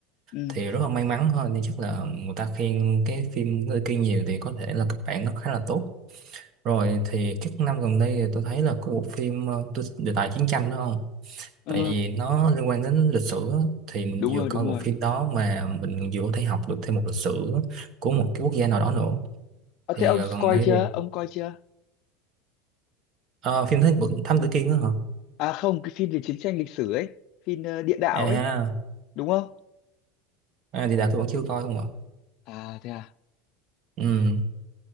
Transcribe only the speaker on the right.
Thì rất là may mắn thôi. Nhưng chắc là người ta khen cái phim Thám Tử Kiên nhiều thì có thể là kịch bản nó khá là tốt. Rồi thì các năm gần đây thì tôi thấy là có bộ phim ờ, tôi- đề tài chiến tranh đúng không?
tại vì nó liên quan đến lịch sử á, thì mình
vừa
coi bộ
phim đó mà mình vừa có thể học được thêm một lịch sử của một cái quốc gia nào đó nữa
thì
ờ, gần
đây
thì
ờ, phim Thám Tử, Thám Tử Kiên đó hả
à,
à thì đã tôi vẫn chưa coi không ạ
ừ.